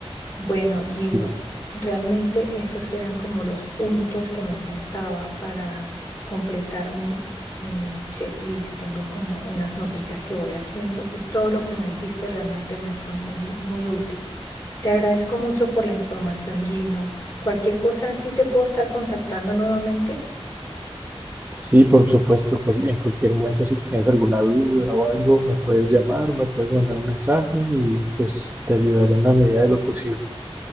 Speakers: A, on the left; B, on the right.
A: Bueno, Gino,
B: Sí,
A: realmente esos eran como los puntos que me faltaba para completar mi, mi checklist. Tengo como unas noticas que voy haciendo y todo lo que me dijiste realmente me fue muy, muy útil. Te agradezco mucho por la información, Gino. Cualquier cosa sí te puedo estar contactando nuevamente.
B: Sí, por supuesto, cual- en cualquier momento si tienes alguna duda o algo, me puedes llamar, me puedes mandar un mensaje y pues te ayudaré en la medida de lo posible.